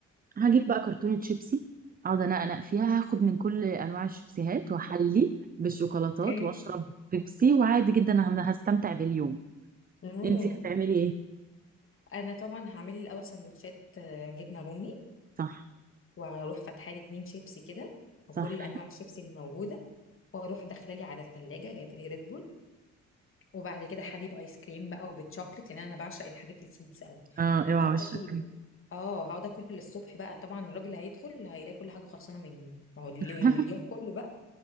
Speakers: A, on the right (about 30°); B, on the left (about 45°).
A: هجيب بقى كرتونة شيبسي اقعد انقنق فيها هاخد من كل انواع الشيبسيهات واحلي بالشوكولاتات
B: اوكي
A: واشرب بيبسي وعادي جدا انا هستمتع باليوم
B: امم
A: انتي هتعملي ايه
B: انا طبعا هعمل لي الاول سندوتشات آه، جبنه رومي
A: صح
B: وهروح فاتحه لي اتنين شيبسي كده وكل
A: صح
B: انواع الشيبسي اللي موجوده واروح داخله لي على التلاجة جايبه لي ريد بول وبعد كده حليب ايس كريم بقى وبالشوكليت لان انا بعشق الحاجات السويتس قوي
A: اه اوعى
B: فهقعد
A: وشك
B: اكل اه هقعد اكل للصبح بقى طبعا الراجل هيدخل هيلاقي كل حاجه خلصانه مني ما هو ال-
A: <laughs>
B: اليوم كله بقى